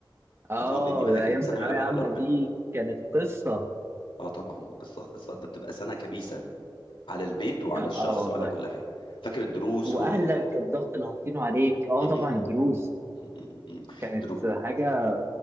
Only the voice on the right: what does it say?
آه
ده
أيام ثانوية
عامة
دي كانت قصة
آه والله
واهلك
الضغط اللي حاطينه عليك اه
طبعا
الدروس
كانت
حاجه